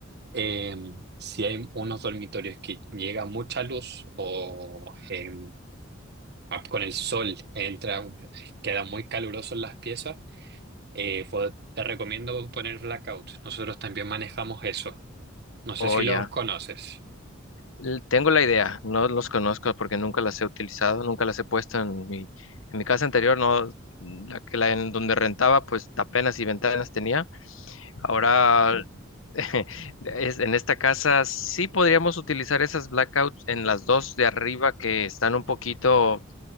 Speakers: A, on the right; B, on the left.
A: eh, si hay unos dormitorios que llega mucha luz o eh, con el sol entra, queda muy caluroso en las piezas, eh, fo- te recomiendo poner blackout. Nosotros también manejamos eso. No sé
B: Oh,
A: si los
B: ya.
A: conoces.
B: L- Tengo la idea, no los conozco porque nunca las he utilizado, nunca las he puesto en mi, en mi casa anterior, no, la que la en donde rentaba, pues apenas y ventanas tenía. Ahora <laughs> es- en esta casa sí podríamos utilizar esas blackouts en las dos de arriba que están un poquito,